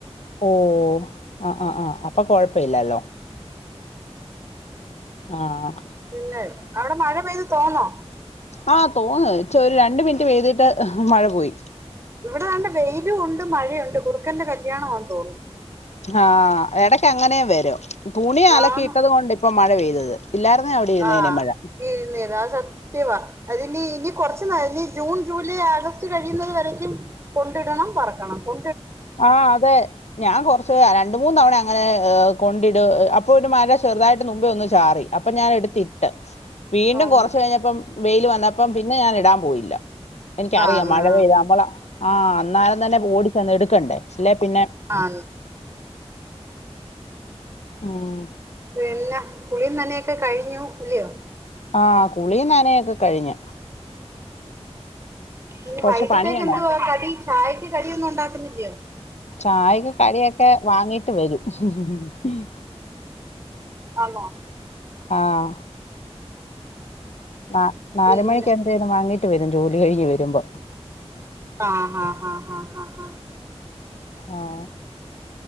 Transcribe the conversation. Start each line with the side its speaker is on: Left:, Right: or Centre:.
Left: ഓ ആ് ആഹ ആഹ അപ്പൊ കൊഴപ്പ ഇല്ലല്ലോ ആഹ്
Right: ഇല്ലേ അവിടെ മഴ പെയ്ത് തോന്നോ
Left: ആഹ് തോന്ന് ഇച്ചൊരു രണ്ട് മിനിറ്റ് പെയ്തിട്ട് മഴ പോയി
Right: ഇവിടെ നല്ല വെയിലും ഇണ്ട് മഴയൊണ്ട് കുറുക്കൻന്റെ കല്യാണമാന്ന് തോന്ന്ന്നു
Left: ആഹ് എടക്ക് അങ്ങനെം വരും തുണി അലകീട്ടത്
Right: ആന്ന്
Left: കൊണ്ട് ഇപ്പം മഴ പെയ്തത് ഇല്ലായിരുന്നേ അവിടെ ഇരുന്നേനെ
Right: ആഹ്
Left: മഴ
Right: ഇർന്നീനു അഅ് സത് ത്യമാ അതിനി ഇനി കൊറച്ച് നാൾ ഇനി ജൂൺ ജൂലൈ ആഗസ്റ്റ് കഴിയുന്നത് വരേക്കും കൊണ്ടിടണം പെറക്കണം കൊ
Left: ആഹ് അതെ ഞാൻ കൊറച്ച് ര രണ്ട് മൂന്ന് തവണ അങ്ങനെ കൊണ്ടിട് അപ്പൊ ഒരു മര ചെറുതായിട്ട് മുമ്പേ ഒന്നു ചാറി അപ്പൊ ഞാൻ എടുത്തിട്ട് വീണ്ടും
Right: ആന്ന്
Left: കുറച്ച് കഴിഞ്ഞപ്പം വെയിൽ വന്നപ്പം പിന്നെ ഞാൻ ഇടാം പോയില്ല എനിക്കറിയ
Right: ആന്ന്
Left: മഴപെയ്ത നമ്മള ആഹ് അന്നാര തന്നെ ഓടി ചെന്ന് എടു കണ്ടെ അല്ലെ പിന്നെ
Right: ആന്ന്
Left: ഉം
Right: പിന്നെ കുളീം നന്നെയൊക്കെ കഴിഞ്ഞു ഇല്ലയോ?
Left: ആഹ് കുളിയും ന്നനയൊക്കെ കഴിഞ്ഞു.
Right: ഇനി
Left: കൊറച്ച്
Right: വൈകിട്ടത്തേക്ക്
Left: പണിയ്ണ്ടാ
Right: എന്തുവാ കടി ചായക്ക് കടിയൊന്നും ഉണ്ടാക്കുന്നില്ലയോ
Left: ചായക്ക് കടിയൊക്കെ വാങ്ങിട്ട് വരും ഉം
Right: ആനോ
Left: ആഹ് ന നാല്
Right: പിന്നെ
Left: മണിക്ക് എന്തേലും വാങ്ങി വരും ജോലി കഴിഞ്ഞ് വരുമ്പം.
Right: ആഹ് ഹ് ഹ് ഹ് ഹ്
Left: ആഹ്